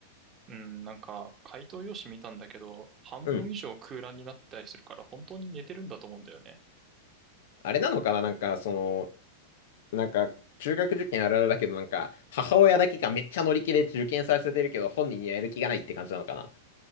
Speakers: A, on the right; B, on the left.
A: うん、なんか、回答用紙見たんだけど、半分以上空欄になったりするから、
B: う。うん。
A: 本当に寝てるんだと思うんだよね。
B: あれなのかななんか、その、なんか、中学受験あるあるだけど、なんか、母親だけがめっちゃ乗り気で受験させてるけど、本人にはやる気がないって感じなのかな